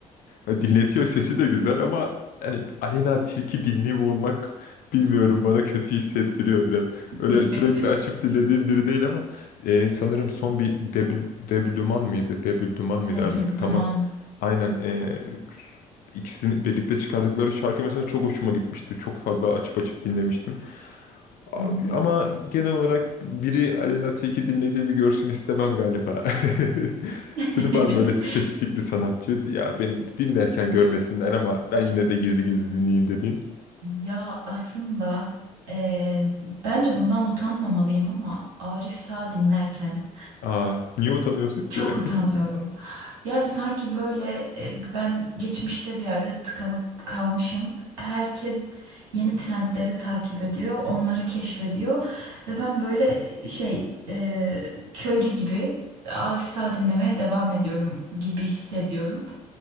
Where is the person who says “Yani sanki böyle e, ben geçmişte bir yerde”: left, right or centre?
Right